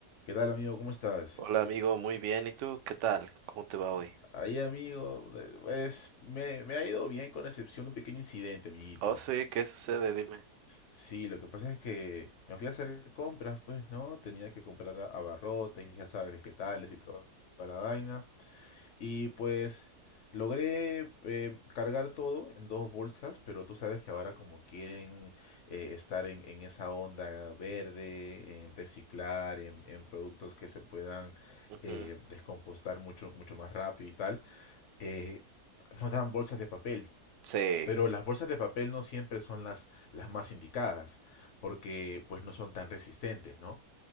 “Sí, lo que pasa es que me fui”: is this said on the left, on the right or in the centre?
Left